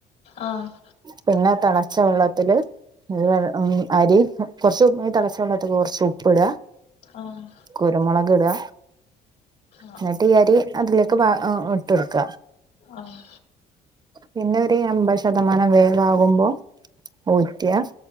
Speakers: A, on the left (about 85°); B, on the right (about 25°).
A: ആഹ്
B: പിന്നെ തെളച്ച വെള്ളത്തില് അത് വേറെ ഉം അരി കുറച്ച് <unintelligible> തിളച്ച വെള്ളത്തില് കുറച്ച് ഉപ്പിടുക
A: ആഹ്
B: കുരുമുളക് ഇടുക
A: ആഹ്
B: എന്നിട്ട് ഈ അരി അതിലേക്ക് ബാ ഏഹ് ഇട്ട് കൊടുക്ക
A: ആഹ്
B: പിന്നെ ഒരു അമ്പത് ശതമാനം വേവാകുമ്പോ ഊറ്റാ